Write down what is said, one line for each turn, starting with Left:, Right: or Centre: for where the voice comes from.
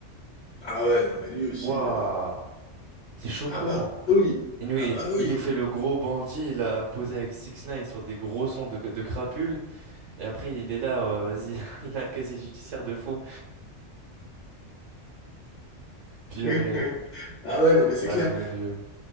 Left: ah ouais, non mais lui aussi.
Right: waouh,
Left: euh,
Right: c'est choquant.
Left: Ah bah oui,
Right: Et nous,
Left: ah
Right: il
Left: bah oui.
Right: nous fait le gros bandit, il a posé avec Six Nine sur des gros sons de, de crapules, et après il est là, euh, vas-y, <laughs> il a un casier judiciaire de fou. Purée,
Left: <laughs> Ah ouais, non mais c'est
Right: ah
Left: clair.
Right: le bon vieux.